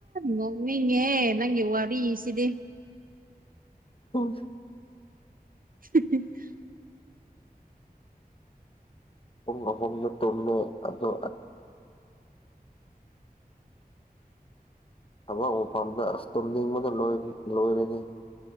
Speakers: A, on the right (about 60°); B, on the left (about 35°).
A: ꯅꯅꯤꯉꯦ ꯅꯪ ꯋꯥꯗꯤ ꯏꯁꯤꯗꯤꯦ
B: ꯑꯣ
A: <inaudible>
B: ꯍ ꯍꯣꯅ ꯇꯂꯃꯦ ꯑꯗꯣ ꯑꯕ ꯃꯐꯝꯝꯗꯇꯝꯕꯗ ꯂꯣꯏꯔꯤ꯫ ꯂꯣꯏꯔꯅꯤ